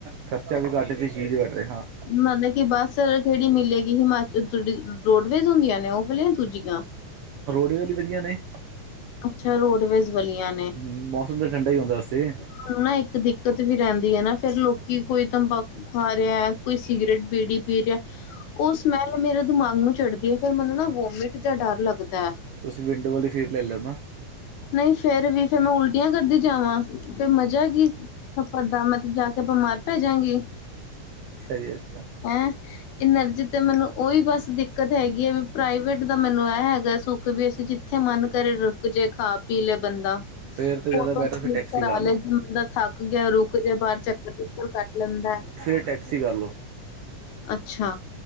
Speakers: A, on the right; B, on the left.
A: ਖਰਚਾ ਵੀ ਘੱਟ ਤੇ ਸ਼ੀ ਵੀ ਘਟ ਏ ਹਾਂ।
B: ਮੰਨਦੇ ਕੀ ਬਸ ਸ ਕੇੜੀ ਮਿਲੇਗੀ ਹਿਮਾਚਲ ਜੇੜੀ ਰੋਡਵੇਜ਼ ਹੁੰਦੀਆਂ। ਨਾ ਓ ਵਾਲੀਆ ਦੂਜੀਆ,
A: ਰੋਡਵੇਜ਼ ਵੀ ਵਧੀਆ ਨੇ
B: ਅੱਛਾ ਰੋਡਵੇਜ਼ ਵਲੀਆ।
A: ਹੂੰ ਮੌਸਮ ਤੇ ਠੰਡਾ ਈ ਹੁੰਦਾ ਓਸੇ।
B: ਪਰ ਨਾ ਇੱਕ ਦਿੱਕਤ ਵੀ ਰਹਿੰਦੀ ਐ ਨਾ ਫੇਰ ਲੋਕੀ ਕੋਈ ਤੰਬਾਕੂ ਖਾ ਰਿਹਾ, ਕੋਈ ਸਿਗਰਟ-ਬੀੜੀ ਪੀ ਰਿਹਾ। ਓ ਸਮੈਲ ਮੇਰੇ ਦਿਮਾਗ ਨੂੰ ਚੜ੍ਹਦੀ ਐ ਫੇਰ ਮੈਨੂੰ ਨਾ ਵੋਮਿਟ ਜਾ ਡਰ ਲੱਗਦਾ।
A: ਤੁਸੀਂ ਵਿੰਡੋ ਵਾਲੀ ਸੀਟ ਲੈ ਲਓ ਨਾ।
B: ਨਹੀਂ, ਫਿਰ ਵੀ ਫਿਰਮੈਂ ਉਲਟੀਆਂ ਹੀ ਕਰਦੀ ਜਾਵਾਂ, ਫਿਰ ਮਜ਼ਾ ਕੀ ਸਫ਼ਰ ਦਾ, ਮੈ ਤੇ ਜਾ ਕੇ ਬਿਮਾਰ ਹੀ ਪੈ ਜਾਵਾਂਗੀ
A: ਅੱਛਾ, ਅੱਛਾ।
B: ਆ ਇਨਰਜੀ ਤੇ ਮੈਨੂੰ ਉਹੀ ਬਸ ਦਿੱਕਤ ਹੈਗੀ ਹੈ ਵੀ ਪ੍ਰਾਈਵੇਟ ਦਾ ਮੈਨੂੰ ਇਹ ਹੈਗਾ ਸੁਖ ਵੀ ਅਸੀਂ ਜਿੱਥੇ ਮਨ ਘਰੇ ਰੁਕ ਜੇ ਖਾ-ਪੀ ਲੇ ਬੰਦਾ,
A: ਫੇਰ ਤਾਂ ਜ਼ਿਆਦਾ
B: ਫੋਟੋ
A: ਬੈਟਰ
B: ਸੂਟ
A: ਫਿਰ ਟੈਕਸੀ
B: ਕਰਾ
A: ਕਰ
B: ਲੇ
A: ਲਓ
B: ਮਤਬ ਥੱਕ ਗਿਆ, ਰੁਕ ਗਿਆ, ਬਾਹਰ ਚੱਕਰ ਲਾ ਲਿਆ। ਕੱਟ ਲੈਂਦਾ
A: ਫਿਰ ਟੈਕਸੀ ਕਰ ਲਓ।
B: ਅੱਛਾ